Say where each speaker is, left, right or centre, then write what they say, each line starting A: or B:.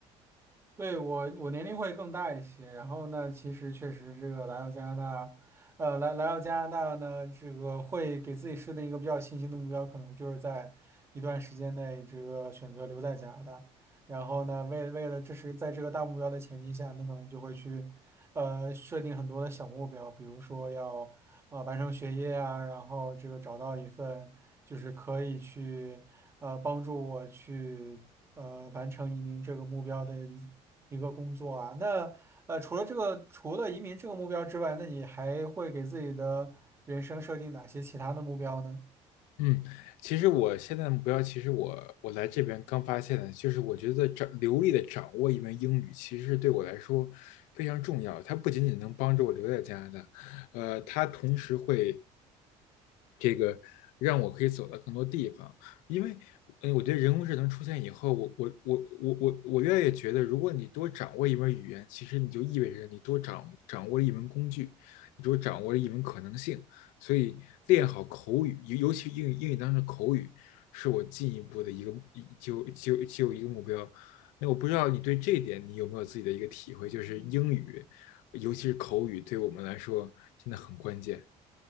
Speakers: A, on the right; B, on the left.
A: 对，我，我年龄会更大一些。然后呢，其实确实这个来到加拿大，呃，来来到加拿大呢，这个会给自己设定一个比较清晰的目标，可能就是在一段时间内这个选择留在加拿大。然后呢，为为了这是在这个大目标的前提下，那可能就会去呃设定很多的小目标，比如说要呃完成学业啊，然后这个找到一份就是可以去呃帮助我去。呃完成移民这个目标的一。一个工作啊。那呃，除了这个，除了移民这个目标之外，那你还会给自己的人生设定哪些其他的目标呢？
B: 嗯，其实我现在的目标，其实我我来这边刚发现的，就是我觉得掌流利的掌握一门英语，其实对我来说非常重要。它不仅仅能帮助我留在加拿大，呃，它同时会这个让我可以走到更多地方。因为，嗯，我觉得人工智能出现以后，我我我我我我越来越觉得，如果你多掌握一门语言，其实你就意味着你多掌掌握了一门工具，你多掌握了一门可能性。所以，练好口语，尤尤其英语英语当中的口语，是我进一步的一个就就就一个目标。那我不知道你对这一点你有没有自己的一个体会，就是英语，尤其是口语，对我们来说真的很关键。